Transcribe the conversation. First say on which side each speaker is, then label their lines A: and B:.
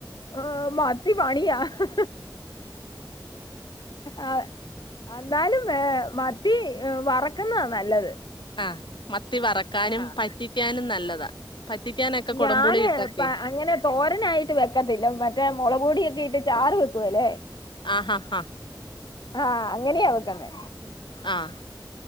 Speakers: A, on the left; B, on the left.
A: ആഹ് മത്തി പണിയാ ഹ് ആഹ് എന്നാലും ഏ മത്തി വറക്കുന്നതാ നല്ലത്
B: ആഹ് മത്തി വറക്കാനും
A: ആ
B: പറ്റിക്കാനും നല്ലതാ പറ്റിക്കാനൊക്കെ കുടം
A: ഞാന്
B: പുളി ഇട്ടൊക്കെ
A: പ- അങ്ങനെ തോരനായിട്ട് വെക്കത്തില്ല മറ്റേ മുളക് പൊടിയൊക്കെ ഇട്ട് ചാറ് വെക്കുവേലെ
B: ആഹ് ഹഹാ
A: ആ അങ്ങനെയ വെക്ക്ന്നെ
B: ആഹ്